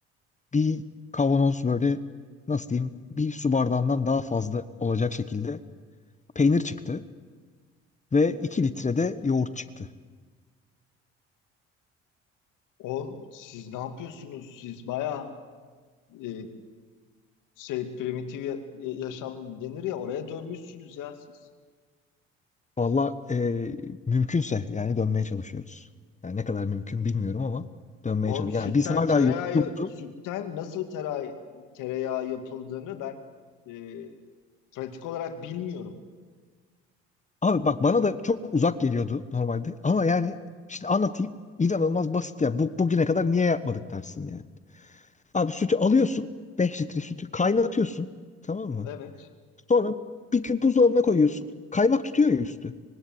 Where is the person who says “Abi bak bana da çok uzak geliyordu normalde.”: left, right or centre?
Left